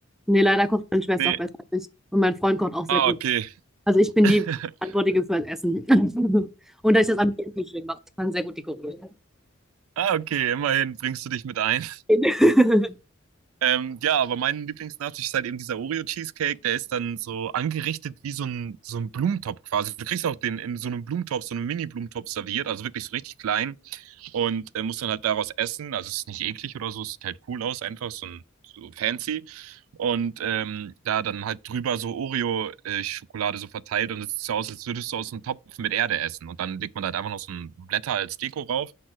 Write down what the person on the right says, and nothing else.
Nee.
Ah,
okay.
<laughs>
Ah, okay, immerhin bringst du dich mit ein.
Ähm, ja, aber mein Lieblingsnachtisch ist halt eben dieser Oreo-Cheesecake. Der ist dann so angerichtet wie so ein, so ein Blumentopf quasi. Du kriegst auch den in so einem Blumentopf, so einem Mini-Blumentopf serviert, also wirklich so richtig klein. und äh, muss dann halt daraus essen. Also es ist nicht eklig oder so, es sieht halt cool aus, einfach so, ein, so fancy. Und ähm, da dann halt drüber so Oreo-Schokolade so verteilt und es sieht so aus, als würdest du aus einem Topf mit Erde essen. Und dann legt man da halt einfach noch so ein Blätter als Deko rauf.